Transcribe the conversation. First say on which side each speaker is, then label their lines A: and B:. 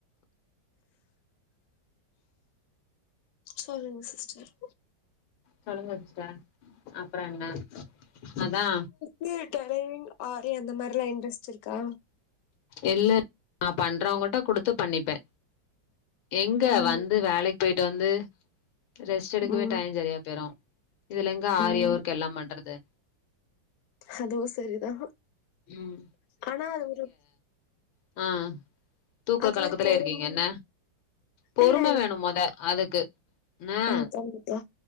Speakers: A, on the left; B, on the left.
A: சொல்லுங்க சிஸ்டர்
B: சொல்லுங்க சிஸ்டர் அப்பற என்ன அதா
A: நீ டெயலரிங் ஆரி அந்த மாரி எல்லா இன்ட்ரெஸ்ட் இருக்கா
B: இல்ல நா பண்றவங்கிட்ட குடுத்து பண்ணிப்பே எங்க
A: ம்
B: வந்து வேலைக்கு போயிட்டு வந்து ரெஸ்ட் எடுக்கவே
A: ம்
B: டைம் சரியா போயிரு இதுல எங்க ஆரி
A: ம்
B: ஒர்க் எல்லா பண்றது
A: அதுவு சரிதா
B: ம்
A: ஆனா அது ஒரு
B: அ தூக்க
A: அது
B: கலக்கத்துல
A: ஒரு பொறும்
B: இருக்கீங்க என்ன பொறும
A: இல்ல
B: வேணு மொத அதுக்கு ஆ
A: ம் கண்டிப்பா